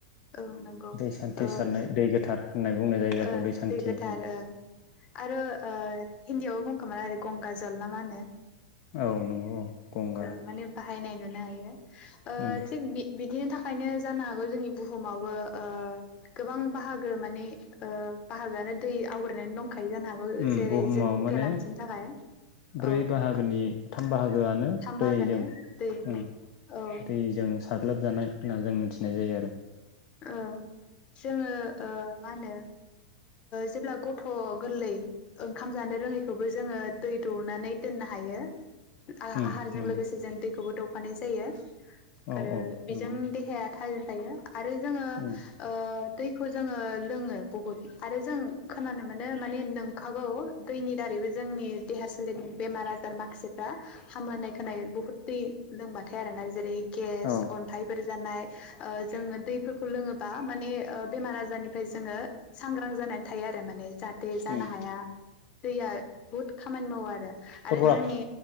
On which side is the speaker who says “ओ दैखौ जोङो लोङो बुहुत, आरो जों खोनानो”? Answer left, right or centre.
Left